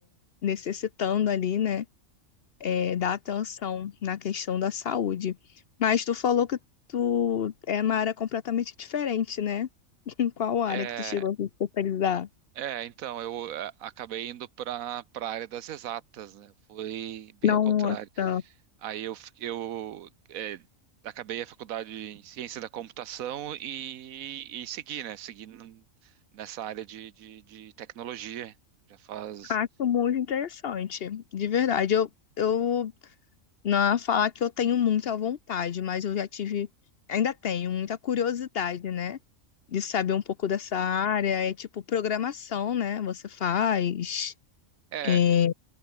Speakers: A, on the left (about 55°); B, on the right (about 90°).
A: necessitando ali, né, é, da atenção na questão da saúde. Mas tu falou que tu é uma área completamente diferente, né? <laughs> Em qual área
B: É,
A: que tu chegou a se especializar?
B: é, então, eu é, acabei indo para para a área das exatas, né? Foi bem
A: Nossa.
B: ao contrário. Aí eu, f- eu é, acabei a faculdade em ciência da computação e, e segui, né? Segui n- nessa área de, de, de tecnologia. Já faz.
A: Acho muito interessante, de verdade. Eu, eu não ia falar que eu tenho muita vontade, mas eu já tive, ainda tenho muita curiosidade, né? De saber um pouco dessa área. É tipo programação, né? Você faz,
B: É,
A: é,